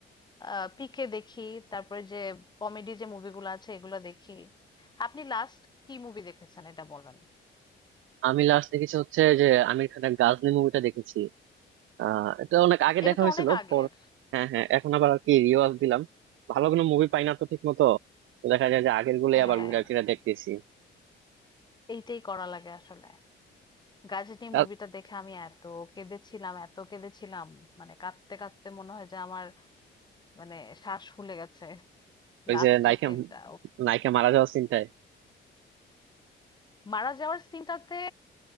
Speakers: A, on the left (about 20°); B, on the right (about 85°).
A: আহ পিকে দেখি তারপরে যে কমেডি যে মুভিগুলো আছে এগুলো দেখি আপনি লাস্ট কি মুভি দেখেছেন এটা বলেন
B: আমি লাস্ট দেখেছি হচ্ছে যে আমির খানের গাজনি মুভিটা দেখেছি আহ এটা অনেক আগে
A: এটা
B: দেখা
A: তো
B: হয়েছিল
A: অনেক আগের
B: পর হ্যাঁ হ্যাঁ এখন আবার আর কি রিওয়াজ দিলাম ভালো কোনো মুভি পাই না তো ঠিক মতো তো দেখা যায় যে আগের গুলোই
A: হ্যাঁ
B: আবার ঘুরে ফিরে দেখতেছি
A: এইটাই করা লাগে আসলে গাজনি মুভিটা
B: আর
A: দেখে আমি এত কেঁদেছিলাম এত কেঁদেছিলাম মানে কাঁদতে কাঁদতে মনে হয় যে আমার মানে শ্বাস ফুলে গেছে
B: ওই
A: লাস্টের
B: যে নায়িকা
A: সিনটা
B: নায়িকা মারা যাওয়ার চিন্তায়
A: মারা যাওয়ার সিনটাতে